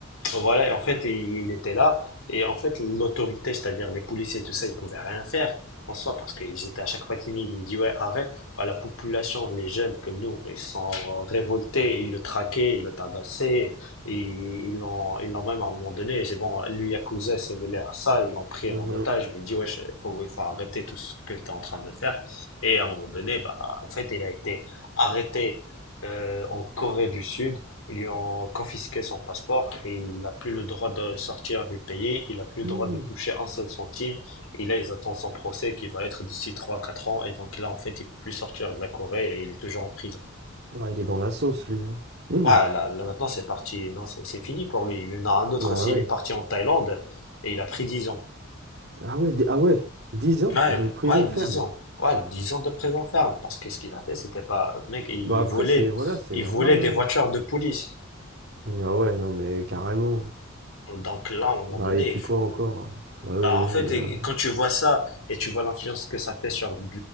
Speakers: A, on the left (about 75°); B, on the right (about 55°).
A: Voilà, et en fait, et il était là. Et en fait, l'autorité, c'est-à-dire les policiers et tout ça, ils pouvaient rien faire en soi parce qu'ils étaient à chaque fois timides. Ils disaient, ouais, arrête. Bah, la population, les jeunes comme nous, ils sont révoltés, ils le traquaient, ils le tabassaient. Et ils l'ont, ils l'ont même à un moment donné, c'est bon, lui, Yakuza s'est mêlé à ça, ils l'ont pris
B: Mhm.
A: en otage. Ils lui dit, ouais, il faut, il faut arrêter tout ce que tu es en train de faire. Et à un moment donné, bah, en fait, il a été arrêté euh, en Corée du Sud. Ils lui ont confisqué son passeport et il n'a plus le droit de sortir du pays, il n'a plus le
B: Hmm.
A: droit de toucher un seul centime. Et là, ils attendent son procès qui va être d'ici trois quatre ans. Et donc là, en fait, il peut plus sortir de la Corée et il est toujours en prison.
B: Ouais, il est dans la sauce, lui. Hein. Hmm.
A: Ah, là, là maintenant, c'est parti. Non, c'est c'est fini pour lui. Il y en a un autre
B: Bah
A: aussi,
B: ouais.
A: il est parti en Thaïlande et il a pris dix ans.
B: Ah ouais, d- ah ouais. dix ans
A: Ouais,
B: de prison
A: ouais,
B: ferme.
A: dix ans. Ouais, 10 ans de prison ferme. Parce que ce qu'il a fait, c'était pas... Mec, il
B: Bah après,
A: volait,
B: c'est... Voilà, c'est
A: il
B: normal,
A: volait des
B: hein.
A: voitures de police.
B: Ah ouais, non, mais carrément.
A: Donc là, à un moment
B: Bah
A: donné,
B: et puis
A: il faut...
B: quoi encore? Bah
A: Bah,
B: oui, non,
A: en fait,
B: mais
A: et-
B: là...
A: et quand tu vois ça et tu vois l'influence que ça fait sur de,